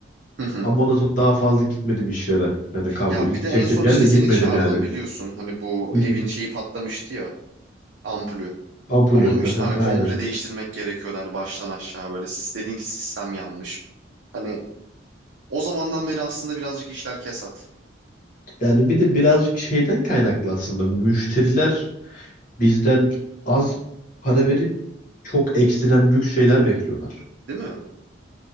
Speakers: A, on the right; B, on the left.
A: Hı hı.
B: ama ondan sonra daha fazla gitmedim işlere. Yani kablo
A: Ya bir de
B: teklif
A: en son
B: geldi
A: işte
B: de gitmedim
A: seni çağırdım
B: yani.
A: biliyorsun.
B: <laughs>
A: Hani bu
B: Hı
A: evin
B: hı.
A: şeyi patlamıştı ya ampulü.
B: Ampulü.
A: Onu
B: <laughs>
A: işte
B: Hı hı,
A: hani komple
B: Aynen.
A: değiştirmek gerekiyordu hani baştan aşağı böyle. Siz dedin ki sistem yanmış. Hani o zamandan beri aslında birazcık işler kesat.
B: Yani bir de birazcık şeyden kaynaklı aslında. Müşteriler bizden az para verip çok ekstrem lüks şeyler bekliyorlar.
A: Değil mi?